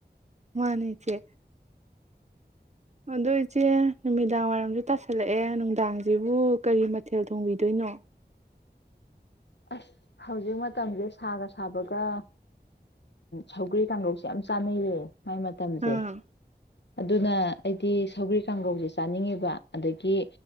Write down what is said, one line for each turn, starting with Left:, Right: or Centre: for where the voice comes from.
Right: ꯃꯥꯅꯦ ꯏꯆꯦ ꯑꯗꯣ ꯏꯆꯦ ꯅꯨꯃꯤꯗꯥꯡ ꯋꯥꯏꯔꯝꯁꯨ ꯇꯥꯁꯜꯂꯛꯑꯦ ꯅꯨꯡꯗꯥꯡꯁꯤꯕꯨ ꯀꯔꯤ ꯃꯊꯦꯜ ꯊꯣꯡꯕꯤꯗꯣꯏꯅꯣ
Left: ꯑꯁ ꯍꯧꯖꯤꯛ ꯃꯇꯝꯁꯦ ꯁꯥꯒ ꯁꯥꯕꯒ ꯁꯧꯒ꯭ꯔꯤ ꯀꯥꯡꯒꯧꯁꯦ ꯌꯥꯝ ꯆꯥꯅꯩꯌꯦ ꯃꯥꯏ ꯃꯇꯝꯁꯦ
Right: ꯑꯥ
Left: ꯑꯗꯨꯅ ꯑꯩꯗꯤ ꯁꯧꯒ꯭ꯔꯤ ꯀꯥꯡꯒꯧꯁꯦ ꯆꯥꯅꯤꯡꯉꯤꯕ ꯑꯗꯒꯤ